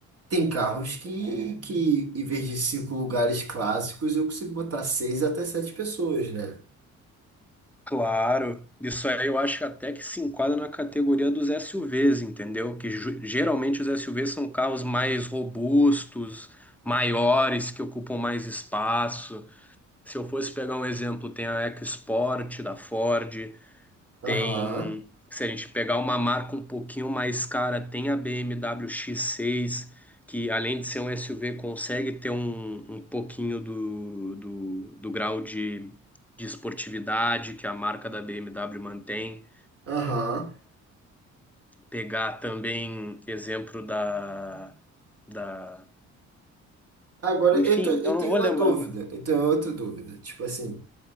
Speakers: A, on the right; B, in the centre.
A: Tem carros que, que em vez de cinco lugares clássicos, eu consigo botar seis até sete pessoas, né?
B: Claro, isso aí eu acho que até que se enquadra na categoria dos SUVs, entendeu? Que ju- geralmente os SUVs são carros mais robustos, maiores, que ocupam mais espaço. Se eu fosse pegar um exemplo, tem a EcoSport da Ford,
A: Aham,
B: tem, se a gente pegar uma marca um pouquinho mais cara, tem a BMW X6, que além de ser um SUV, consegue ter um, um pouquinho do, do, do grau de, de esportividade que a marca da BMW mantém.
A: aham.
B: Pegar também exemplo da, da.
A: Agora,
B: Enfim,
A: eu, tô- eu
B: eu
A: tenho
B: não vou
A: uma
B: lembrar.
A: dúvida, eu tenho outra dúvida. Tipo assim,